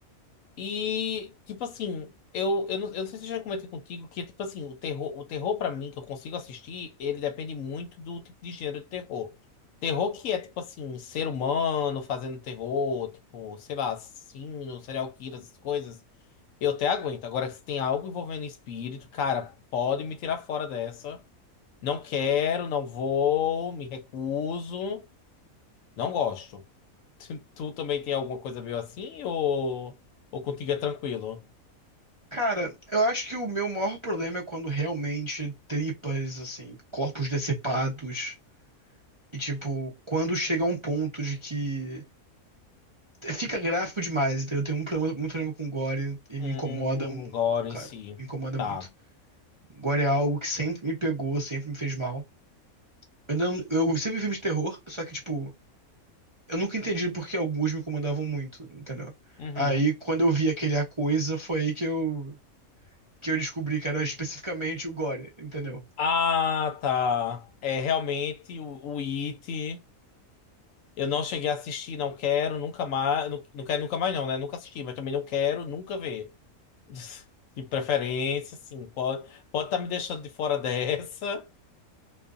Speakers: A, on the left (about 70°); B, on the right (about 45°).
A: E, tipo assim, eu, eu, não, eu não sei se eu já comentei contigo que, tipo assim, o terror, o terror para mim, que eu consigo assistir, ele depende muito do tipo de gênero de terror. Terror que é, tipo assim, ser humano fazendo terror, tipo, sei lá, assassino, serial killer, essas coisas, eu até aguento. Agora, se tem algo envolvendo espírito, cara, pode me tirar fora dessa. Não quero, não vou, me recuso, não gosto. <laughs> Tu, tu também tem alguma coisa meio assim ou, ou contigo é tranquilo?
B: Cara, eu acho que o meu maior problema é quando realmente tripas, assim, corpos decepados, e tipo, quando chega a um ponto de que fica gráfico demais, entendeu? Eu tenho um problema, muito problema com gore e me
A: Hum,
B: incomoda muito,
A: agora
B: cara.
A: em si.
B: Me incomoda
A: Tá.
B: muito. Gore é algo que sempre me pegou, sempre me fez mal. Eu, não, eu sempre vi filmes de terror, só que, tipo, eu nunca entendi por que alguns me incomodavam muito, entendeu?
A: Uhum.
B: Aí, quando eu vi aquele A Coisa, foi aí que eu que eu descobri que era especificamente o Gore, entendeu?
A: Ah, tá. É realmente o, o It. Eu não cheguei a assistir, não quero, nunca mais. Não, não quero nunca mais, não, né? Nunca assisti, mas também não quero nunca ver. <laughs> De preferência, sim. Pode pode estar me deixando de fora <laughs> dessa,